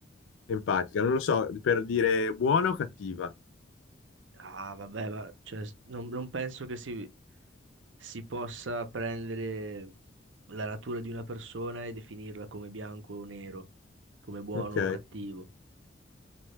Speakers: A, on the left (about 85°); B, on the right (about 75°).
A: empatica? Non lo so, per dire buona o cattiva.
B: Ah, vabbè, ma cioè, s- non, non penso che si, si possa prendere la natura di una persona e definirla come bianco o nero, come buono
A: Ok,
B: o cattivo.